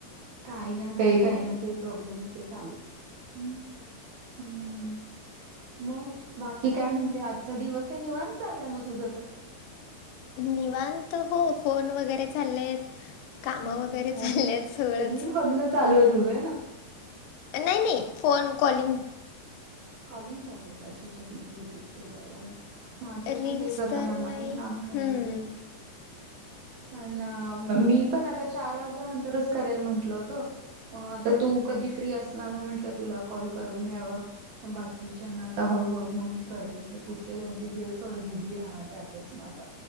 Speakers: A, on the right; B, on the left.
A: काही ना काही काही ना काही ना काही प्रॉब्लेमच ये चालूच, हम, हम्म, म. बाकी काय म्हणते आजचा दिवस काय निवांत चाललाय म तुझ तर?
B: निवांत हो फोन वगैरे चाललेत. काम वगैरे चाललेत
A: रील
B: सगळच.
A: रील बघणं चालू आहे तुझं आहे ना
B: नाही नाही, फोन कॉलिंग.
A: कॉलिंग चालू होत अच्छा अच्छा बिझी येतेस <unintelligible> माझं
B: रील्स
A: पण तेच आता
B: तर
A: मला
B: नाही
A: पण काम करायच.
B: हम्म
A: पण मी पण आता चार वाजा न तरच करेल म्हटलं होतं, म आता तू कधी फ्री असणार म म्हंटल तर तुला कॉल करून घ्यावा? मग बाकीच्यांना आता हळूहळू म मी करेल ते पुढचे दोन-तीन दिवस थोडं बिझी राहणार त्यातच म आता.